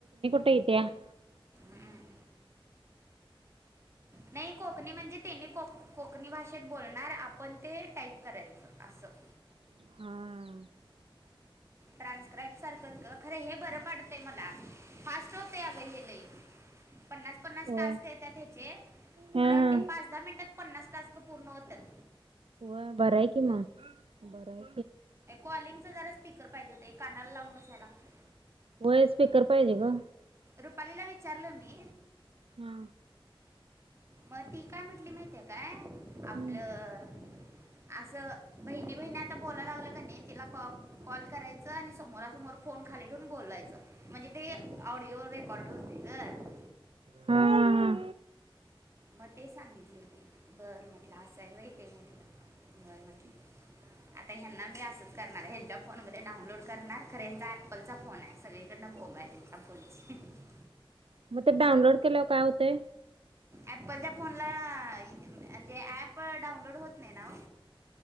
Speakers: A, on the right (about 80°); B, on the right (about 30°).
A: मोठयत्या <unintelligible>
B: हम्म. नाही कोकणी म्हणजे त्यांनी कोकणी भाषेत बोलणार आपण ते टाईप करायचं असं. <inaudible>
A: हा.
B: ट्रान्स्क्राईब सारखंच ग खरं हे बरं पाडतंय मला. फास्ट होत अग हे लई पन्नास पन्नास
A: होय.
B: टास्क येतात हाचे.
A: हा
B: मला वाटते
A: हा
B: पाच दहा मिनिटात पन्नास तासक पूर्ण होतात.
A: हो बरय कि मग बरय.
B: कॉलिंग च जरा स्पीकर पाहिजे होते कानाला लावून बसायला लागतय.
A: य स्पीकर पायजे ग.
B: रुपालीला विचारलो मी.
A: हा
B: मग ती काय म्हटली माहितीे काय आपलं
A: हा
B: असं बहिणी बहिणी आता बोला लागलं का नाही तिला कॉल करायचं आणि समोरासमोर फोन खाली ठेवून बोलायचं म्हणजे ते ऑडिओ रेकॉर्ड होतंय ग.
A: हा
B: मग ते सांगितले ते बर म्हटलं असं व्हय ते म्हटलं. व्हय म्हटली. आता ह्यांना मी असंच करणार हच्या फोन मध्ये डाऊनलोड करणार खरे यांचा अपल चा फोने सगळीकडनं मॅच्या पडची <unintelligible>
A: मग ते डाउनलोड केलंव काय होते?
B: अपलच्या फोनला म्हणजे ऍप डाउनलोड होत नाही नाव.